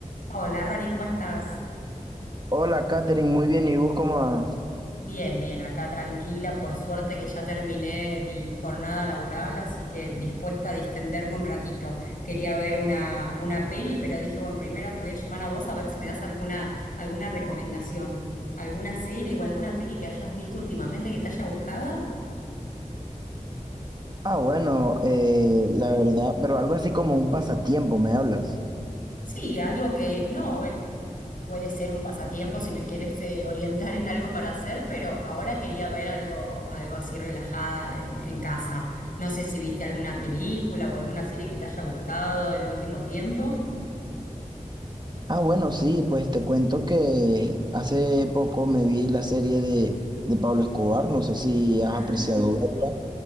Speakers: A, on the left; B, on the right.
A: Hola, Ronnie, ¿cómo estás?
B: Hola, Katherine, muy bien. ¿Y vos cómo vas?
A: Bien, bien, acá tranquila, por suerte que ya terminé mi jornada laboral, así que dispuesta a distenderme un ratito. Quería ver una, una peli, pero dije, bueno, primero te voy a llamar a vos a ver si me das alguna, alguna recomendación, alguna serie o alguna peli que hayas visto últimamente que te haya gustado.
B: Ah, bueno, eh, la verdad, pero algo así como un pasatiempo, ¿me hablas?
A: Sí, algo que, no, bueno, puede ser un pasatiempo si me quieres eh, orientar en algo para hacer, pero ahora quería ver algo, algo así relajada en, en casa. No sé si viste alguna película o alguna serie que te haya gustado en el último tiempo.
B: Ah, bueno, sí, pues te cuento que hace poco me vi la serie de, de Pablo Escobar, no sé si has
A: Ah,
B: apreciado verla.